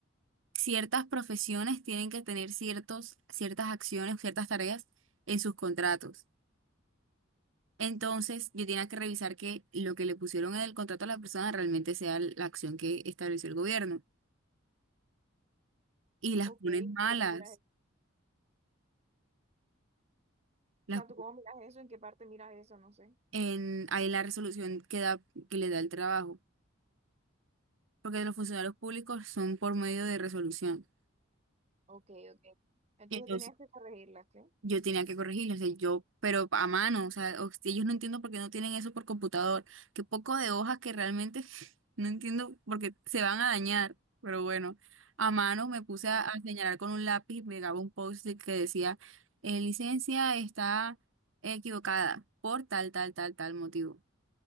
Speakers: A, on the right; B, on the right.
A: ciertas profesiones tienen que tener ciertos, ciertas acciones, ciertas tareas en sus contratos. Entonces, yo tenía que revisar que lo que le pusieron en el contrato a la persona realmente sea la acción que estableció el gobierno. Y las
B: Ok,
A: ponen malas.
B: ¿cómo miras eso?
A: Las,
B: O sea, ¿tú cómo miras eso? ¿En qué parte miras eso? No sé.
A: en, ahí la resolución que da, que le da el trabajo. Porque los funcionarios públicos son por medio de resolución.
B: Ok, ok. Entonces
A: Entonces,
B: tenías que corregirlas, ¿qué?
A: Yo tenía que corregirlo, o sea, yo, pero a mano, o sea, o- si ellos no entiendo por qué no tienen eso por computador. Qué poco de hojas que realmente <laughs> no entiendo porque se van a dañar, pero bueno, a mano me puse a,
B: Ah,
A: a señalar con un lápiz y pegaba un post-it que decía, eh, licencia está equivocada por tal, tal, tal, tal motivo.